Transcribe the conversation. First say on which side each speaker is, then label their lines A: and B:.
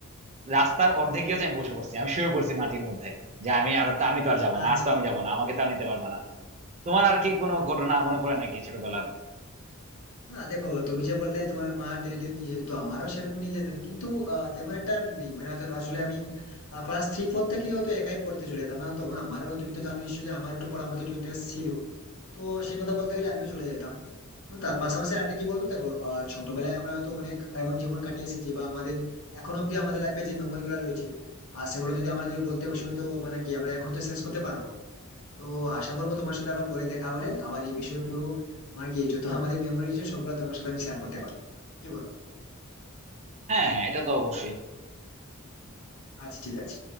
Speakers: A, on the right (about 30°); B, on the left (about 75°).
A: রাস্তার অর্ধেক গিয়ে হচ্ছে আমি বসে পড়ছি আমি শুয়ে পড়ছি মাটির মধ্যে যে আমি আর তো আমি তো আর যাবো না
B: আচ্ছা
A: আর তো আমি যাবো না আমাকে তো আর নিতে পারবে না তোমার আর কি কোনো ঘটনা মনে পড়ে নাকি ছোটবেলার
B: না দেখো তুমি যে বললে তোমার মা টেনে টেনে নিয়ে যেত আমারও সেরকম নিয়ে যেতেন কিন্তু আহ, তেমন একটা নেই মানে হয়তো আসলে আমি ক্লাস থ্রি ফোর থেকে হয়তো একাই পড়তে চলে যেতাম না তখন আমারও তুমি তো জানো নিশ্চয়ই যে আমার একটু পড়ার প্রতি একটু ইন্টারেস্ট ছিল তো সেই কথা বলতে গেলে আমিও চলে যেতাম এবং তার পাশাপাশি আরেকটা কি বলতো দেখো আহ, ছোটবেলায় আমরা হয়তো অনেক এমন জীবন কাটিয়ে এসেছি বা আমাদের এখন অব্দি আমাদের লাইফে যে মেমোরি গুলো রয়েছে আর সেগুলো যদি আমরা যদি বলতে বসে হয়তো মানে কি আমরা এখনো তো শেষ করতে পারবো না। তো আশা করবো তোমার সাথে আবার পরে দেখা হলে আবার এই বিষয়ে পুরো আমার কি যত আমাদের মেমোরি আছে সবগুলো তোমার সাথে আমি শেয়ার করতে পারবো কি বলো
A: হ্যাঁ হ্যাঁ এটা তো অবশ্যই
B: আচ্ছা ঠিক আছে